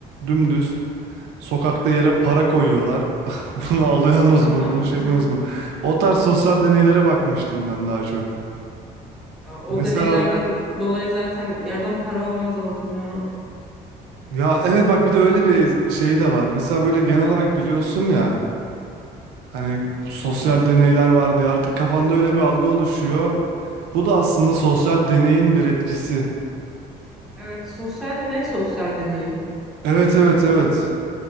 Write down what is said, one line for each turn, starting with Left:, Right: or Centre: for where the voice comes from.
Right: dümdüz sokakta yere para koyuyorlar. <laughs> Bunu alıyorsunuz
Centre: ha
Right: mu?
Centre: ha.
Right: Bunu şey
Centre: <laughs>
Right: yapıyorsunuz mu? O tarz sosyal deneylere bakmıştım ben daha çok.
Centre: Ya O
Right: Mesela
Centre: deneylerden
Right: bu-
Centre: dolayı zaten yerden para alamaz oldum ya.
Right: ya evet bak bir de öyle bir şeyi de var. Mesela böyle genel olarak biliyorsun ya hani sosyal
Centre: Hı hı.
Right: deneyler var diye artık kafanda öyle bir algı oluşuyor. Bu da aslında sosyal deneyin bir etkisi.
Centre: Evet sosyal deney sosyal deneyi.
Right: Evet evet evet.